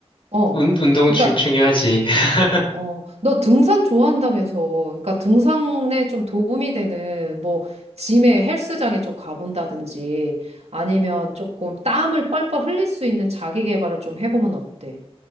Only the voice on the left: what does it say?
운, 운동
중, 중요하지. <laughs>